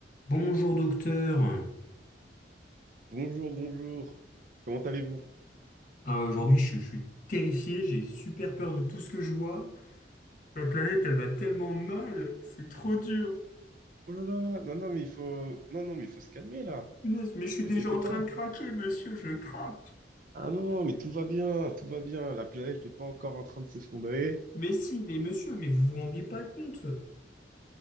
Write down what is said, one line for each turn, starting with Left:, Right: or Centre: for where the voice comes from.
Left: Bonjour docteur.
Right: Bonjour, bonjour. Comment allez-vous?
Left: Ah, aujourd'hui, je, suis je suis terrifié, j'ai super peur de tout ce que je vois. La planète, elle va tellement mal, c'est trop dur.
Right: Oh là là, non, non, mais il faut, non, non, mais il faut se calmer là.
Left: Punaise, mais je suis
Right: Ne vous
Left: déjà
Right: inquiétez
Left: en
Right: pas.
Left: train de craquer, monsieur, je craque.
Right: Ah non, non, mais tout va bien, tout va bien. La planète n'est pas encore en train de s'effondrer.
Left: Mais si, mais monsieur, mais vous vous rendez pas compte.